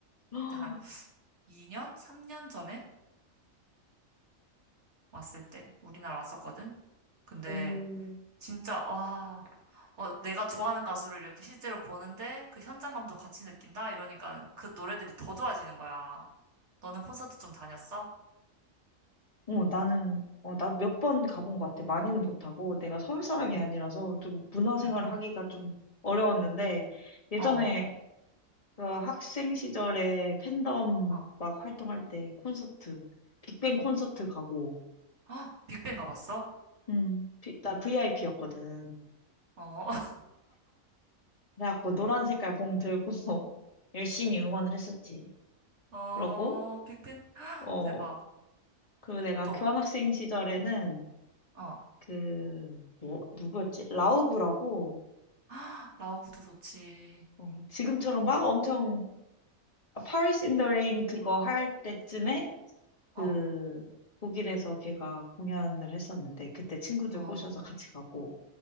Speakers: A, on the left; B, on the right.
A: <gasps>
B: 그때 한 2년, 3년 전에 왔을 때 우리나라 왔었거든? 근데
A: 오,
B: 진짜, 와, 어, 내가 좋아하는 가수를 이렇게 실제로 보는데 그 현장감도 같이 느낀다? 이러니까 그 노래들이 더 좋아지는 거야. 너는 콘서트 좀 다녔어?
A: 어, 나는, 어, 나 몇 번 가본 것 같아. 많이는 못하고, 내가 서울 사람이
B: 응
A: 아니라서 좀 문화생활을
B: 음,
A: 하기가 좀 어려웠는데, 예전에
B: 어,
A: 그 학생 시절에 팬덤
B: 어,
A: 막 활동할 때 콘서트, 빅뱅 콘서트
B: 어.
A: 가고,
B: 아, 빅뱅 가봤어?
A: 음, 비- 나 VIP였거든.
B: 어,
A: 그래갖고 노란 색깔 봉 들고 <laughs> 열심히 응원을 했었지.
B: <laughs> 어,
A: 그러고,
B: 빅뱅
A: 어,
B: 대박.
A: 그리고 내가
B: 또,
A: 교환학생 시절에는
B: 어,
A: 그, 뭐, 누구였지? 라우브라고,
B: 아, 라오브도 좋지.
A: 어, 지금처럼 막 엄청, 아, Paris in the Rain 그거 할 때쯤에 그,
B: 어,
A: 독일에서 걔가 공연을 했었는데, 그때 친구들
B: 어,
A: 꼬셔서 같이 가고.